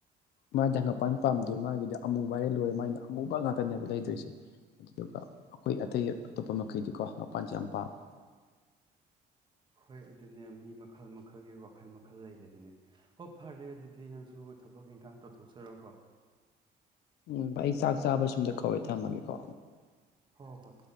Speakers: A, on the left; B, on the right.
A: ꯃꯥꯗꯤ ꯍꯪꯉꯛꯄ ꯄꯥꯝꯗꯦ ꯃꯥꯒꯤꯗꯤ ꯑꯃꯨꯕ ꯍꯥꯏꯔ ꯂꯣꯏꯔꯦ ꯃꯥꯒꯤꯅ ꯑꯃꯨꯕ ꯉꯥꯛꯇꯅꯦꯕ ꯂꯩꯗꯣꯏꯁꯦ꯫ ꯑꯗꯨꯗꯨꯒ ꯑꯩꯈꯣꯏ ꯑꯇꯩ ꯑꯇꯣꯞꯄ ꯃꯈꯩꯗꯤꯀꯣ ꯃꯄꯥꯟꯁꯦ ꯌꯥꯝ ꯄꯥꯝꯃꯦ꯫
B: ꯍꯣꯏ ꯑꯗꯨꯅꯦ ꯃꯤ ꯃꯈꯜ ꯃꯈꯜꯒꯤ ꯋꯥꯈꯜ ꯃꯈꯜ ꯂꯩꯈꯤ ꯑꯗꯨꯅꯦ꯫ ꯍꯣꯏ ꯐꯔꯦ ꯑꯗꯨꯗꯤ ꯅꯪꯁꯨ ꯊꯕꯛ ꯏꯪꯈꯥꯡ ꯇꯧꯊꯣꯛꯆꯔꯣꯀꯣ꯫
A: ꯎꯝ ꯑꯩ ꯆꯥꯛ ꯆꯥꯕ ꯁꯨꯝꯗ ꯀꯧꯋꯦ ꯊꯝꯃꯒꯦꯀꯣ
B: ꯍꯣꯏ